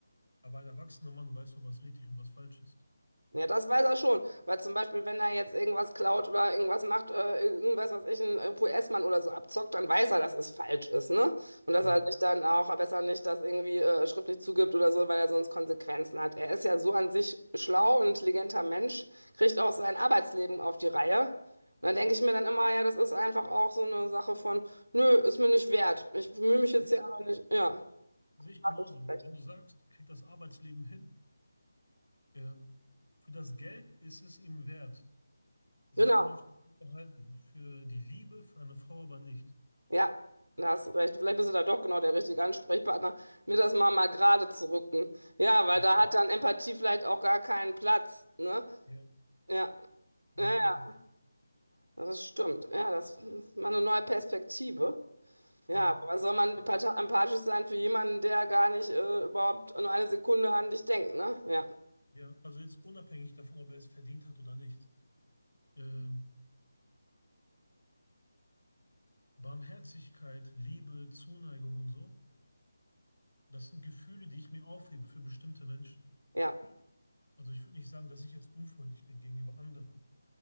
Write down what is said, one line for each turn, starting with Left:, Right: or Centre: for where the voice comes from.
Left: aber ein erwachsener Mann weiß doch, was richtig und was falsch ist.
Right: Ja, das weiß er schon. Weil zum Beispiel, wenn er jetzt irgendwas klaut oder irgendwas macht, äh, irgendwas, was ich, ein US-Mann oder so abzockt, dann weiß er, dass es falsch ist, ne? Und dass
Left: Ja.
Right: er sich dann auch besser nicht das irgendwie äh, schriftlich zugibt oder so, weil er sonst Konsequenzen hat. Er ist ja so an sich schlau und intelligenter Mensch, kriegt auch sein Arbeitsleben auf die Reihe. Und dann denke ich mir dann immer, ja, das ist einfach auch so eine Sache von, nö, ist mir nicht wert. Ich bemühe mich jetzt
Left: Ja,
Right: hier aber nicht. Ja,
Left: sehe ich genauso.
Right: hast du
Left: Wenn
Right: recht.
Left: wenn du sagst, er kriegt das Arbeitsleben hin, ähm, für das Geld ist es ihm wert, sich
Right: Genau.
Left: vernünftig zu verhalten. Für die Liebe, für eine Frau aber nicht.
Right: Ja, da hast du recht. Vielleicht bist du da doch genau der richtige Ansprechpartner, mir das mal mal gerade zu rücken. Ja, weil
Left: Das,
Right: da hat dann Empathie vielleicht auch gar keinen Platz, ne?
Left: Ja,
Right: Ja,
Left: ja,
Right: ja, ja,
Left: ja, ja,
Right: das stimmt. Ja, das ist mal eine neue Perspektive. Ja,
Left: ja.
Right: aber was soll man
Left: Ich
Right: empath-
Left: denke,
Right: empathisch sein für jemanden, der gar nicht äh, überhaupt nur eine Sekunde an dich denkt, ne? Ja,
Left: ja, also jetzt unabhängig davon, ob er es verdient hat oder nicht. Ähm, Barmherzigkeit, Liebe, Zuneigung und so, das sind Gefühle, die ich mir aufhebe für bestimmte Menschen.
Right: ja.
Left: Also ich würde nicht sagen, dass ich jetzt unfreundlich bin gegenüber anderen.